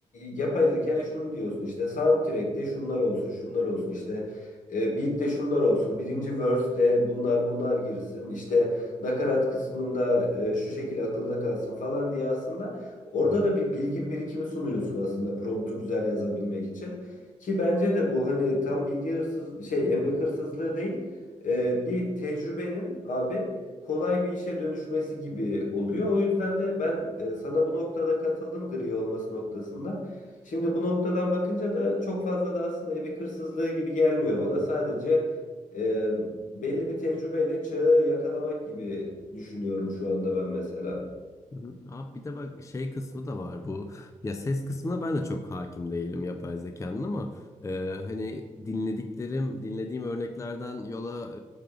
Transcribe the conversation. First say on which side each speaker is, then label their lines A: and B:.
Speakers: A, on the left; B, on the left.
A: yapay zekaya şunu diyorsun işte soundtrack'te şunlar olsun şunlar olsun işte e, beat'te şunlar olsun birinci verse'de bunlar bunlar girsin işte nakarat kısmında e, şu şekilde akılda kalsın falan diye aslında orada
B: hı hı,
A: da bir bilgi birikimi sunuyorsun aslında promptu güzel yazabilmek için. Ki bence de bu hani tam bilgi hırsız şey emek hırsızlığı değil e, bir tecrübenin abi kolay bir işe dönüşmesi gibi oluyor. O yüzden de ben e, sana bu noktada katıldım gri olması noktasında. Şimdi bu noktadan bakınca da çok fazla da aslında emek hırsızlığı gibi gelmiyor bana. Sadece e, belli bir tecrübeyle çağı yakalamak gibi düşünüyorum şu anda ben mesela.
B: hı hı. Abi bir de bak şey kısmı da var bu ya ses kısmına ben de çok hakim değilim yapay zekanın ama e, hani dinlediklerim dinlediğim örneklerden yola